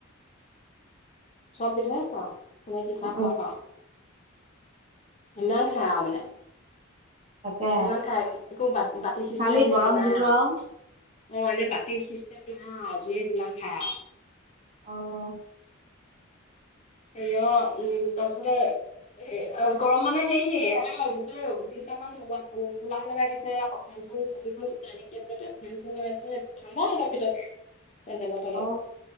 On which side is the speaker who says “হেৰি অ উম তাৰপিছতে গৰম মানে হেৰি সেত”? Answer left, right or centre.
Left